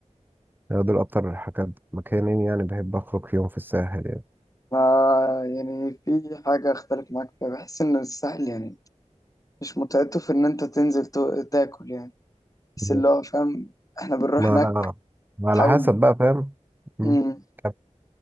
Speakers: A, on the right; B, on the left.
A: آه، دول أكتر حاجات مكانين يعني بحب أخرج فيهم في الساحل يعني
B: ما يعني في حاجة أختلف معاك فيها بحس إن الساحل يعني مش متعته في ان انت تنزل تو- تاكل يعني بس
A: مم.
B: اللي هو فاهم احنا بنروح
A: ما
B: هناك
A: على ما
B: تحاول
A: على حسب بقى فاهم مم.
B: مم.
A: طب،